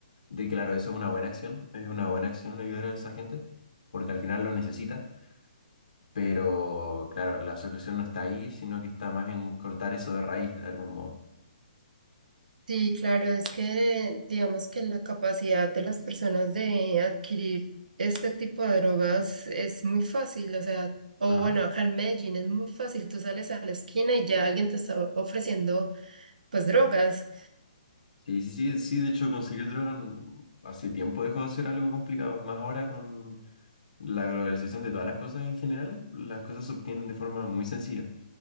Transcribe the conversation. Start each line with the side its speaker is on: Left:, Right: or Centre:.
Left: de, claro, eso es una buena acción, es una buena acción ayudar a esa gente, porque al final lo necesita Pero claro, la solución no está ahí, sino que está más en cortar eso de raíz de algún modo.
Right: Sí, claro, es que digamos que la capacidad de las personas de adquirir este tipo de drogas es muy fácil, o sea, o
Left: Ajá.
Right: bueno, acá en Medellín es muy fácil, tú sales a la esquina y ya alguien te está ofreciendo pues drogas.
Left: Sí, sí, sí, sí, de hecho conseguir droga n- hace tiempo dejó de ser algo complicado, más ahora con la globalización de todas las cosas en general, las cosas se obtienen de forma muy sencilla.